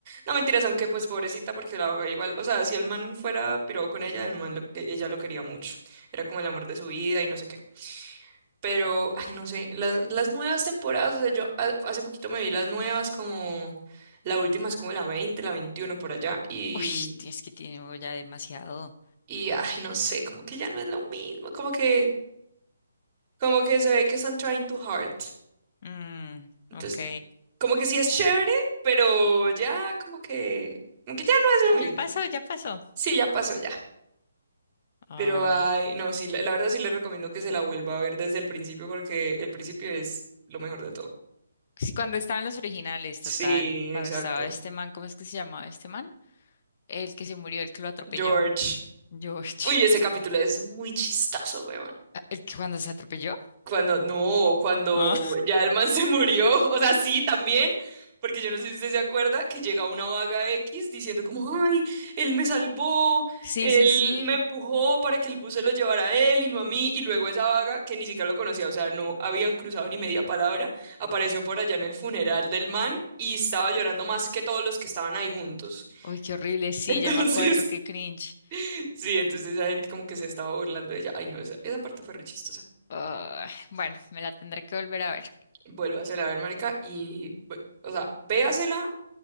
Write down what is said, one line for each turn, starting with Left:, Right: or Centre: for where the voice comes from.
Right: No, mentiras, aunque pues pobrecita, porque la haga igual. O sea, si el man fuera piró con ella, el man lo- e, ella lo quería mucho. Era como el amor de su vida y no sé qué. Pero, ay, no sé, las, las nuevas temporadas, o sea, yo ha- hace poquito me vi las nuevas, como la última es como la veinte la 21 por allá, y,
Left: Uy, tí- es que tiene ya demasiado.
Right: y, ay, no sé, como que ya no es lo mismo, como que, como que se ve que están trying too hard.
Left: Mm,
Right: Entonces,
Left: ok.
Right: como que sí es chévere, pero ya como que, como que ya no es
Left: Ya
Right: lo mismo.
Left: pasó, ya pasó.
Right: Sí, ya pasó ya.
Left: Ay.
Right: Pero ay, no, sí, la, la verdad sí les recomiendo que se la vuelva a ver desde el principio porque el principio es lo mejor de todo.
Left: Sí, Cuando estaban los originales, total.
Right: Sí,
Left: Cuando
Right: exacto.
Left: estaba este man, ¿cómo es que se llamaba este man? El que se murió, el que lo atropelló.
Right: George.
Left: George.
Right: Uy, ese
Left: <laughs>
Right: capítulo es muy chistoso, güey.
Left: Ah, ¿El que cuando se atropelló?
Right: Cuando, no, cuando
Left: Ah.
Right: ya el man se murió, <laughs> o sea, sí, también, porque yo no sé si usted se acuerda que llega una vaga X diciendo como, ay, él me salvó,
Left: Sí,
Right: él
Left: sí, sí.
Right: me empujó para que el bus se lo llevara a él y no a mí, y luego esa vaga, que ni siquiera lo conocía, o sea, no habían cruzado ni media palabra, apareció por allá en el funeral del man y estaba llorando más que todos los que estaban ahí juntos.
Left: Uy, qué horrible. Sí,
Right: Entonces,
Left: ya me acuerdo, qué cringe.
Right: <laughs> sí, entonces esa gente como que se estaba burlando de ella. Ay, no, esa, esa parte fue re chistosa.
Left: Ah, bueno, me la tendré que volver a ver.
Right: Vuélvasela a ver, marica, y, ve- o sea, véasela